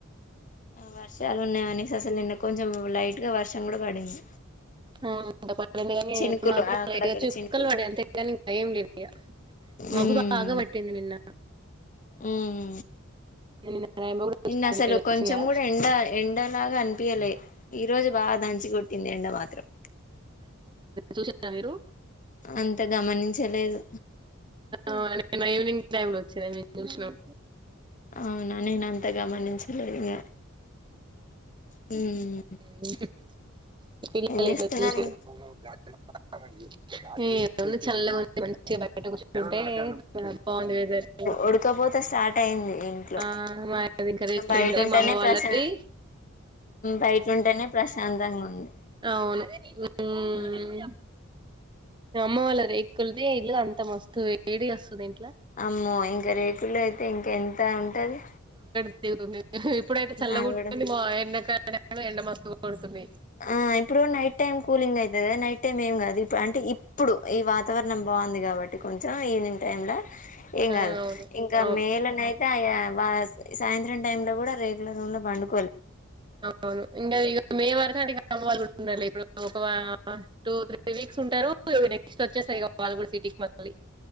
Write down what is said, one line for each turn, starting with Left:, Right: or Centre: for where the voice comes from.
Left: అ వర్షలు ఉనాయి అనేసి అసలు నిన్న కొంచెం లైట్ గా వర్షం కూడా పడింది
Right: <unintelligible>
Left: చినుకులు
Right: మాక్కూడ
Left: అక్కడక్కడ
Right: లైట్ గా చుక్కలు
Left: చినుకులు
Right: పడ్డయి అంతేకాని ఇంకా ఏం లేదు ఇగ మబ్బు
Left: ఉమ్
Right: బాగా పట్టింది నిన్న.
Left: ఉమ్
Right: నిన్న రెయిన్బో కూడా
Left: నిన్న
Right: వచ్చింది
Left: అసలు
Right: మీకెళ్ళి
Left: కొంచెం
Right: వచ్చిందా
Left: కూడా ఎండ ఎండలాగా అని పియ్యలె ఈ రోజు బాగా దంచి కొట్టింది ఎండ మాత్రం
Right: చూసిర్రా మీరు
Left: అంత గమనించలేదు
Right: ఆనే నిన్న ఈవినింగ్ టైమ్ లో వచ్చినవి దూసినం
Left: అవునా నేనంత గమనించచలేదు మే హ్మ్
Right: మ్మ్ హ్మ్ పిల్లల
Left: చేస్తున్నారు
Right: <unintelligible> <unintelligible> చల్లుగుంది మంచిగ బయట కూచోనుం టే ఆ బాగుంది వెదరు
Left: ఉడకపోతే స్టార్ట్ అయింది ఇంట్లో
Right: ఆ మా ఇంకా రేకులు
Left: బయట
Right: ఉంటాయి
Left: ఉంటేనే
Right: మా అమ్మ వాళ్ళది
Left: ప్రశా బయట ఉంటేనే ప్రశాంతంగా ఉంది
Right: అవును హ్మ్.
Left: ఉమ్
Right: మ అమ్మ వాళ్ల రేక్కుల్ది ఇల్లు అంత మస్తు వేడిగస్తదిం
Left: అమ్మో ఇంక రేకులే ఇంకేం అంతా ఉంటది
Right: నీల్ ధులే ఇప్పుడు అయితే చల్లగ
Left: ఆ
Right: వుంటుంది
Left: కూడా
Right: మా ఎండక్ అడ ఎండ మస్తు కొడుతుంది
Left: ఆ ఇప్పుడు నైట్ టైం కూలింగ్ అయితది కదా నైట్ టైమ్ ఏం కాదు ఇప్పుడు అంటే ఇప్పుడు ఈ వాతావరణం బాగుంది కాబట్టి కొంచెం ఈవినింగ్ టైమ్ లో ఏం
Right: ఆ
Left: కాదు
Right: అవును
Left: ఇంకా
Right: అవును
Left: మేలోనైతే అయ ఆ సాయంత్రం టైమ్ లో కూడా రేకుల రూంలో పండు
Right: అవును ఇంగ మే వరకు ఉండాలి ఇప్పుడు ఒక టూ త్రీ వీక్స్ ఉంటరు నెక్స్ట్ వచ్చేస్తయ్ వాళ్ళు కూడా సిటీకి మళ్ళీ